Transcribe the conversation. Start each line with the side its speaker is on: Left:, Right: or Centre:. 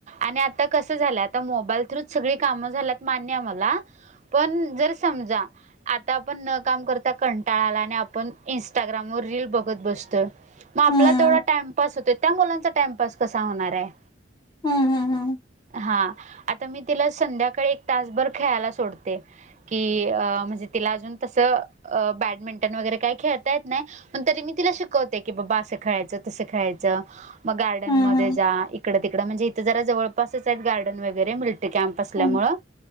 Right: आणि आता कसं झालय आता मोबाईल थ्रू सगळी कामं झाल्यात मान्य मला पण जर समजा आता आपण न काम कर ता कंटाळा आला आणि आपण इंस्टाग्राम वर रील बघत बसतो म आपला
Left: हम्म
Right: तेवडा टाइम पास होते त्या मुलांचा टाइमपास कसा होणार आहे
Left: हम्म हम्म
Right: हा आता मी तिला संध्याकाळी एक तासभर खेळायला सोडते कि अ म्हणजे तिला अजून तसं अ बॅडमिंटन वगैरे काही खेळता येत नाय पण तरी मी तिला शिकवते की बाबा असं खेळायचं तसं खेळायचं. म गार्डन
Left: हम्म
Right: मध्ये जा इकडं तिकड म्हणजे इथं जरा जवळ पासच आहेत गार्डन वगैरे मिलिटरी कॅम्प असल्यामूळं
Left: हम्म